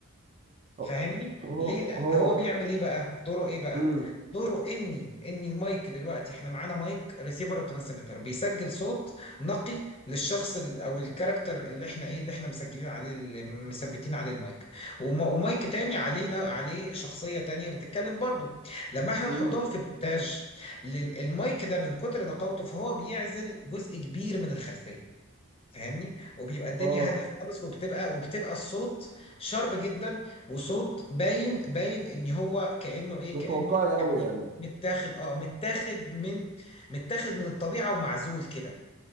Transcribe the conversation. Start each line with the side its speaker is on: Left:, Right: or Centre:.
Right: هو
Left: فاهمني
Right: هو
Left: ليه لا
Right: هو
Left: هو بيعمل ايه بقى دوره ايه بقى
Right: مم.
Left: دوره اني ان المايك دلوقتي احنا معانا مايك ريسيفر وترانسميتر بيسجل صوت نقي للشخص ال- او الكاركتر اللي احنا ايه اللي احنا مسجلين عليه اللي مثبتين عليه المايك وم- ومايك تاني علينا عليه شخصية تانية بتتكلم برضه لما احنا
Right: مم.
Left: نحطهم في المونتاج لل- المايك ده من كتر نقاوته فهو بيعزل جزء كبير من الخلفية فاهمني وبيبقى الدنيا
Right: اه
Left: هاديه خالص وبتبقى وبتبقى الصوت شارب جدا وصوت باين باين ان هو كانه ايه
Right: مش
Left: كانه
Right: واقعي قوي
Left: يعني
Right: يعني
Left: متاخد اه متاخد من متاخد من الطبيعه ومعزول كده